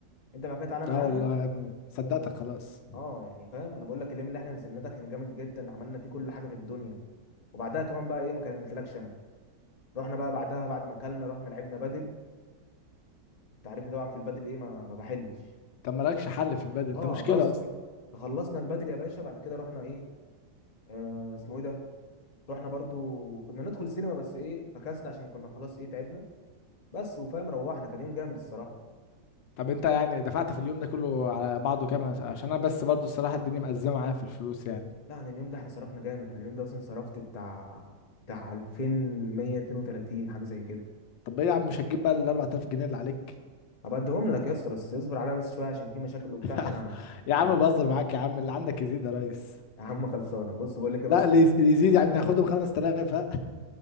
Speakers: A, on the left (about 35°); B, on the left (about 80°).
A: انت بعد كده تعالى
B: لا
A: معانا
B: والله يا ابني صدقتك خلاص
A: اه يعني فاهم انا بقول لك اليوم اللي احنا نزلنا ده كان جامد جدا عملنا فيه كل حاجه في الدنيا وبعدها كمان بقى ايه ما كملتلكش انا رحنا بقى بعدها بعد ما اكلنا رحنا لعبنا بدل انت عارفني طبعا في البدل ايه ما ما بحلش
B: انت مالكش حل في البدن انت
A: اه
B: مشكله
A: بس
B: اصلا
A: خلصنا البدل يا باشا بعد كده رحنا ايه آه اسمه ايه ده رحنا برضو كنا ندخل سينما بس ايه فكسنا عشان كنا خلاص ايه تعبنا بس وفاهم روحنا كان يوم جامد الصراحه
B: طب انت يعني دفعت في اليوم ده كله على بعضه كام عشان انا بس برضو الصراحه الدنيا مأزمه معايا في الفلوس يعني
A: لا عن اليوم ده احنا صرفنا جامد انا اليوم ده مثلا صرفت بتاع بتاع 2132 حاجه زي كده
B: طب ايه يا عم مش هتجيب بقى ال 4000 جنيه اللي عليك
A: هبقى اديهم لك يا اسطى بس اصبر عليا بس شويه عشان في مشاكل وبتاع
B: <laughs>
A: فانا
B: يا
A: هبقى
B: عم
A: اجيبهم
B: بهزر معاك يا عم اللي عندك يزيد يا ريس
A: يا عم خلصانه بص بقول لك ايه
B: لا
A: بس
B: اللي
A: <laughs>
B: يز- اللي يزيد يعني هاخدهم 5000 ها